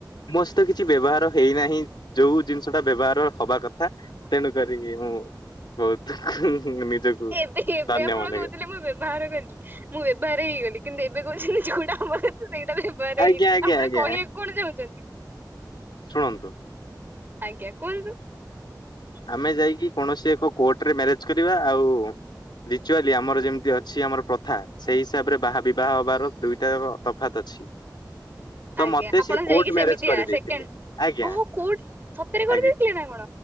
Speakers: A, on the left; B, on the right.
A: ସମସ୍ତ କିଛି ବ୍ୟବହାର ହେଇନାହିଁ ଯୋଉ ଜିନିଷ ଟା ବ୍ୟବହାର ହବା କଥା ତେଣୁ କରିରି ହଁ ବହୁତ ନିଜକୁ
B: ଏବେ ଏବେ
A: ଧନ୍ୟ
B: ଆପଣ
A: ମନେକରେ
B: କହୁଥିଲେ ମୁଁ ବ୍ୟବହାର କଲି ମୁଁ ବ୍ୟବହାର ହେଇଗଲି କିନ୍ତୁ ଏବେ କ ଯୋଉଟା ଆମର ତ ସେଇଟା ବବାର
A: ଆଜ୍ଞା
B: ହେଇନି
A: ଆଜ୍ଞା
B: ଆପଣ
A: ଆଜ୍ଞା
B: କହିବାକୁ କଣ ଯାଉଛନ୍ତି
A: ଶୁଣନ୍ତୁ
B: ଆଜ୍ଞା କୁହନ୍ତୁ
A: ଆମେ ଯାଇକି କୌଣସି ଏକ କୋର୍ଟରେ ମ୍ୟାରେଜ କରିବା ଆଉ ରିଚୁଆଲି ଆମର ଯେମିତି ଅଛି ଆମର ପ୍ରଥା ସେଇ ହିସାବରେ ବାହା ବିବାହ ହବାର ଦୁଇଟା ତଫାତ୍ ଅଛି ପ ତ
B: ଆଜ୍ଞା
A: ମତେ
B: ଆପଣ
A: ସେ
B: ଯାଇକି
A: କୋର୍ଟ
B: ସେମିତିଆ
A: ମ୍ୟାରେଜ କରିଦେଇଥିଲେ
B: ସେକେଣ୍ଡ
A: ଆଜ୍ଞା
B: ଓହୋ କୋଉ ସତରେ କରିଦେଇଥିଲେ
A: ଆଞା
B: ନା କଣ?